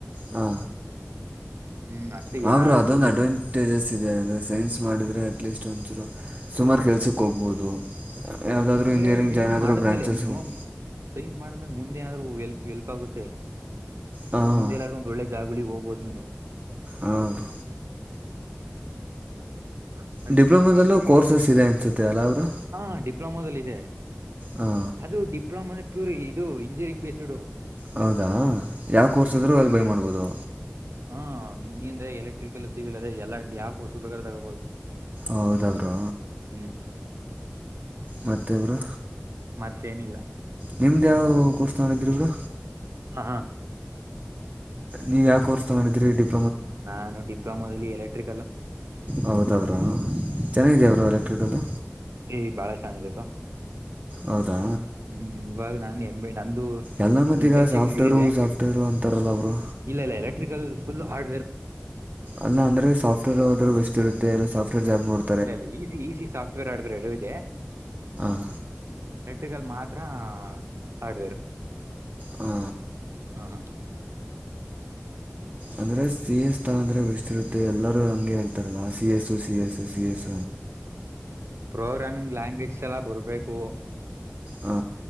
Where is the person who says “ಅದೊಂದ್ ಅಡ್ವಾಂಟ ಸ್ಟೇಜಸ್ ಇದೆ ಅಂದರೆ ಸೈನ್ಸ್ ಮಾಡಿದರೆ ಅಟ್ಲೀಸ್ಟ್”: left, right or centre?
Right